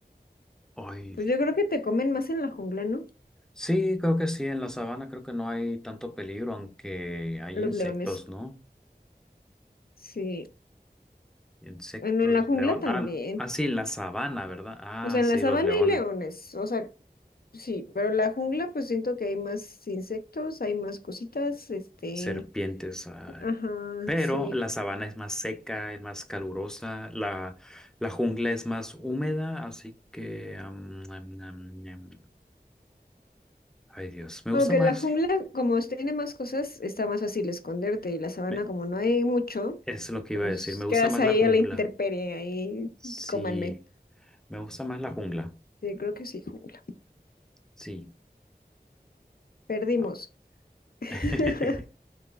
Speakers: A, in the centre; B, on the left.
A: Ay,
B: Pues yo creo que te comen más en la jungla, ¿no?
A: sí, creo que sí, en la sabana creo que no hay tanto peligro, aunque hay
B: Los
A: insectos,
B: leones.
A: ¿no?
B: Sí.
A: Insectos,
B: Bueno, en la jungla
A: león.
B: también.
A: Ah, ah, sí, la sabana, ¿verdad? Ah,
B: O sea, en
A: sí,
B: la sabana
A: los leones.
B: hay leones, o sea, sí, pero la jungla pues siento que hay más insectos, hay más cositas, este,
A: serpientes. ah,
B: ajá,
A: pero
B: sí.
A: la sabana es más seca, es más calurosa, la, la jungla es más húmeda, así que... am, am, am, am. Ay Dios, me
B: Aunque
A: gusta más...
B: en la jungla, como tiene más cosas, está más fácil esconderte y la sabana
A: me-
B: como no hay mucho,
A: es lo que iba
B: pues
A: a decir, me gusta
B: quedas
A: más
B: ahí
A: la jungla.
B: a la intemperie, ahí
A: Sí,
B: cómanme.
A: me gusta más la jungla.
B: Sí, creo que sí, jungla.
A: Sí.
B: Perdimos.
A: Ah.
B: <laughs>
A: <laughs>